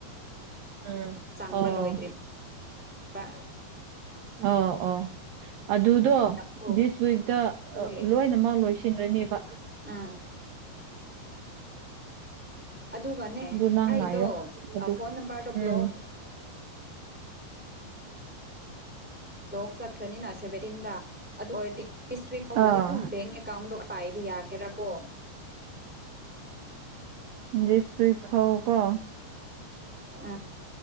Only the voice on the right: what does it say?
ꯎꯝ
ꯑꯣ
ꯑꯧ ꯑꯧ ꯑꯗꯨꯗꯣ
ꯗꯤꯁ ꯋꯤꯛꯇ
ꯂꯣꯏꯅꯃꯛ ꯂꯣꯏꯁꯤꯟꯔꯅꯦꯕ
ꯑꯗꯨ ꯅꯪ
ꯉꯥꯏꯌꯣ ꯑꯗꯨ
ꯎꯝ
ꯑꯥ
ꯗꯤꯁ ꯋꯤꯛ ꯐꯥꯎꯀꯣ